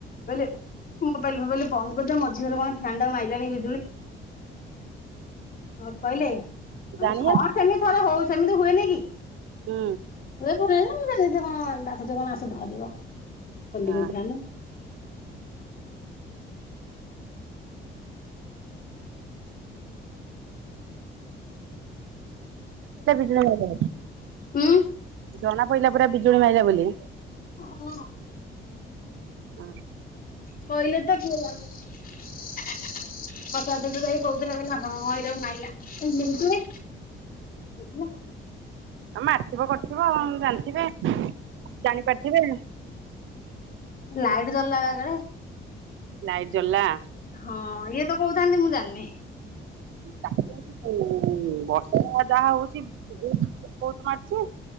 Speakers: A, on the left (about 45°); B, on the right (about 80°).
A: ବେଳେ ମୋବାଇଲ ଫୋବାଇଲ ବନ୍ଦ କରିଦିଅ ମଝିର କଣ ଫ୍ୟାନ ଟାକୁ ମାଇଲାଣି ବିଜୁଳି। କଣ କହିଲେ?
B: ଜାଣି
A: ମାନେ ହଁ ସେମିତି ଥରେ ହଉ ସେମିତି ହୁଏନି କି।
B: ହୁଁ।
A: ଘରେ ଘରେ <inaudible> ଆସୁଛି କଣ ଆସୁ ଧରିବ ଖାଲିବି
B: ହଁ
A: ଫ୍ୟାନ
B: ଏ ବିଜୁଳି ମାଇଳା ଆଜି,
A: ଉଁ
B: ଜଣା ପଇଲା ପୁରା ବିଜୁଳି ମାଇଲା ବୋଲି।
A: ହଁ
B: ଆଁ
A: କହିଲେ ତ କୋଉ ୱାଲ ପ୍ରସାଦ ଯୋଉଁ ଭାଇ କହୁଥିଲା ହଁ ଏଇଟାକୁ ମାଇଲା <inaudible> କହୁଥିଲା
B: ଆ ମାରିଥିବ କରିଥିବ ଜାଣିଥିବେ, ଜାଣି ପାରିଥିବେ।
A: ଲାଇଟ ଜଳିଲା ବା ଇଆଡ଼େ
B: ଲାଇଟ ଜଳିଲା?
A: ହଁ ଇଏ ତ କହୁଥାନ୍ତି ମୁଁ ଜାଣିନି।
B: ବାର୍ଷିକ ଆଜି ହଉ ଉ ଉ, ବର୍ଷା ଯାହା ଯାହା ହଉଛି। ଜୁନ ମାସେ କଟ ମାରଛି।